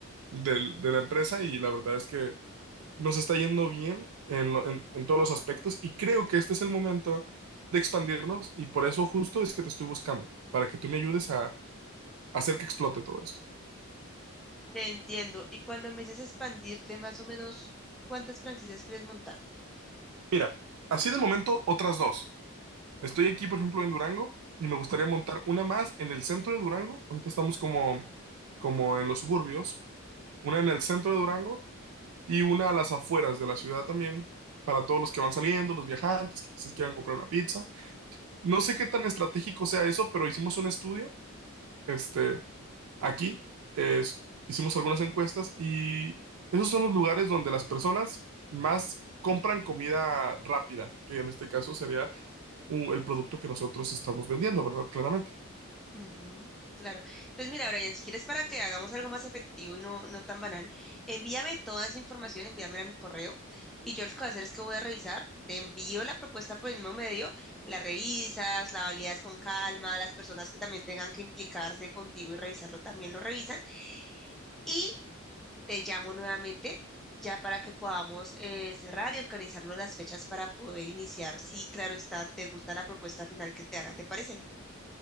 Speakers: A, on the right (about 85°); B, in the centre.
A: del- de la empresa y la verdad es que nos está yendo bien en, lo- en- en todos los aspectos y creo que este es el momento de expandirnos y por eso justo es que te estoy buscando, para que tú me ayudes a hacer que explote todo esto.
B: Te entiendo. Y cuando me dices expandirte, más o menos, ¿cuántas franquicias quieres montar?
A: Mira, así de momento otras dos. Estoy aquí, por ejemplo, en Durango y me gustaría montar una más en el centro de Durango. Ahorita estamos como, como en los suburbios, una en el centro de Durango y una a las afueras de la ciudad también, para todos los que van saliendo, los viajantes, que quizás quieran comprar una pizza. No sé qué tan estratégico sea eso, pero hicimos un estudio, este, aquí, es- hicimos algunas encuestas y esos son los lugares donde las personas más compran comida rápida, que en este caso sería uh, el producto que nosotros estamos vendiendo, ¿verdad? Claramente.
B: Ujú, claro. Entonces, mira, Brian, si quieres para que hagamos algo más efectivo y no, no tan banal, envíame toda esa información, envíamela a mi correo y yo lo que voy a hacer es que voy a revisar, te envío la propuesta por el mismo medio, la revisas, la validas con calma, las personas que también tengan que implicarse contigo y revisarlo también lo revisan y te llamo nuevamente ya para que podamos eh, cerrar y organizarnos las fechas para poder iniciar. Sí, claro está, te gusta la propuesta final que te haga, ¿te parece?